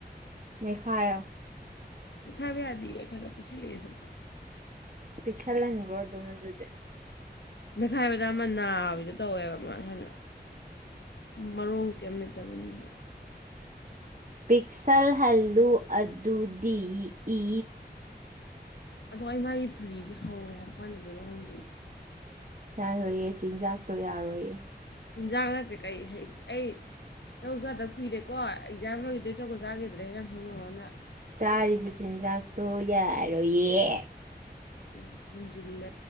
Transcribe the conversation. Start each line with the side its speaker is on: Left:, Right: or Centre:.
Right: ꯃꯦꯠꯈꯥꯏꯌꯣ ꯫
Left: ꯃꯦꯠꯈꯥꯏꯕ ꯌꯥꯗꯤꯌꯦ ꯈꯔ ꯈꯔ ꯄꯤꯛꯁꯤꯜꯂꯛꯑꯦ ꯑꯗꯨꯝ ꯫
Right: ꯄꯤꯛꯁꯜꯍꯟꯒꯔꯣ ꯑꯗꯨꯝ ꯑꯗꯨꯗꯤ꯫
Left: ꯃꯦꯠꯈꯥꯏꯕꯗ ꯑꯃ ꯅꯥꯕꯤꯗꯣ ꯇꯧꯋꯦꯕ ꯑꯃꯩ ꯁꯥꯏꯅ ꯎꯝ ꯃꯔꯣꯡ ꯀꯩꯝ ꯂꯩꯇꯕꯅꯤꯅ꯫
Right: ꯄꯤꯛꯁꯜꯍꯜꯂꯨ ꯑꯗꯨꯗꯤ ꯏ꯫
Left: ꯑꯗꯣ ꯑꯩ ꯃꯥꯏꯒꯤ ꯐꯨꯔꯤꯁꯦ ꯍꯧꯔꯦ ꯍꯥꯏꯕ ꯀꯃꯥꯏ ꯇꯧꯗꯣꯏꯅꯣ ꯈꯪꯗꯦ ꯫
Right: ꯌꯥꯔꯣꯏꯌꯦ ꯆꯤꯟꯖꯥꯛꯇꯣ ꯌꯥꯔꯣꯏꯌꯦ꯫
Left: ꯆꯤꯟꯖꯥꯛ ꯅꯠꯇꯦ ꯀꯩ ꯍꯩꯁ ꯑꯩ꯫ ꯆꯧ ꯆꯥꯗꯕ ꯀꯨꯏꯔꯦꯀꯣ ꯑꯦꯛꯖꯥꯝ ꯂꯣꯏꯒꯤꯕꯗꯩ ꯆꯥꯒꯤꯗ꯭ꯔꯦ ꯅꯪ ꯈꯪꯗꯣꯕ ꯑꯃꯅ ꯫
Right: ꯆꯥꯔꯤꯕ ꯆꯤꯟꯖꯥꯛꯇꯣ ꯌꯥꯔꯣꯏꯌꯦ꯫
Left: ꯏꯁ ꯍꯦꯟꯖꯤꯜꯂꯦ